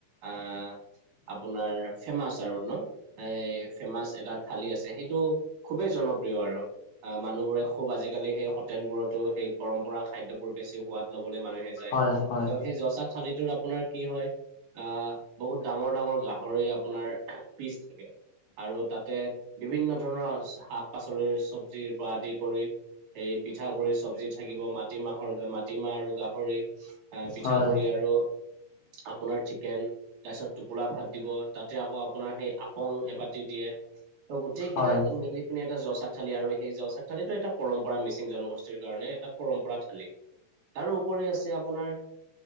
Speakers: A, on the right (about 60°); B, on the left (about 75°).
A: আ আপোনাৰ ফেমাচ আৰু ন। এ ফেমাচ এটা থালি আছে সেইটো খুবেই জনপ্ৰিয় আৰু। অ', মানুহবোৰে খুব আজিকালি সেই হোটেলবোৰতো সেই পৰম্পৰা খাদ্যবোৰ বেছি সোৱাদ ল'বলৈ মানুহে যায়
B: হয় হয়
A: তেওঁ সেই যচাক থালিটোত আপোনাৰ কি হয় আহ বহুত ডাঙৰ, ডাঙৰ গাহৰি আপোনাৰ পিচ থাকে। আৰু তাতে বিভিন্ন ধৰণৰ শাক পাচলিৰ চবজিৰ পৰা আদি কৰি- সেই পিঠাগুৰিৰ চব্জি থাকিব, মাটিমাহৰ মাটিমাহ আৰু গাহৰি- আহ' পিঠাগু়ৰি
B: হয়
A: আৰু আপোনাৰ কেন তাৰপিছত টোপোলা ভাত দিব, তাতে আকৌ আপোনাৰ সেই আপং এবাতি দিয়ে। ত' গোটেই
B: হয়
A: কেইটা মিলি- পিনে এটা যচাক থালি আৰু সেই যচাক থালিটো এটা পৰম্পৰা মিচিং জনগোষ্ঠীৰ কাৰণে এটা পৰম্পৰা থালী। তাৰোপৰি আছে আপোনাৰ